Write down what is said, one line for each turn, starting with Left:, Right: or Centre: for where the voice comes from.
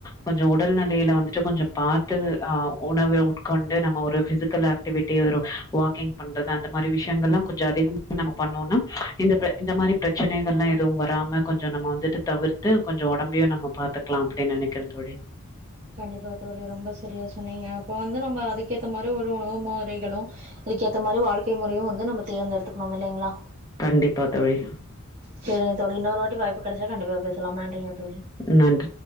Left: கொஞ்ச உடல் நலையில வந்துட்டு கொஞ்ச பாத்து அ உணவு உட்கொண்டு நம்ம ஒரு பிசிக்கல் ஆக்டிவிட்டி ஒரு வாக்கிங் பண்றது அந்த மாதிரி விஷ்யங்கள்லா கொஞ்சம் அதிகமாக நம்ம பண்ணோனா இந்த இந்த மாரி ப்ரச்சனைகலா எதுவு வராம கொஞ்சம் நம்ம வந்துட்டு தவிர்த்து கொஞ்சம ஒடம்ப்யு நம்ம பார்த்துக்க க்குலா அப்புடின்னு நெனைக்கிறன் தோழி
Right: கண்டிப்பா தோழி ரொம்ப சரியா சொன்னீங்க அப்போ வந்து நம்ப அதுக்கேத்த மாரி ஒரு உணவு முறைகளும் அதுக்கேத்த மாரி வாழ்க்கை முறையும் வந்து நம்ம தேர்ந்தெடுத்துக்கணும் இல்லைங்களா
Left: கண்டிப்பா தோழி
Right: சரிங்க தோழி இன்னொரு வாட்டி வாய்ப்பு கிடைச்சா கண்டிப்பா பேசலாம் நன்றிங்க தோழி
Left: நன்றி.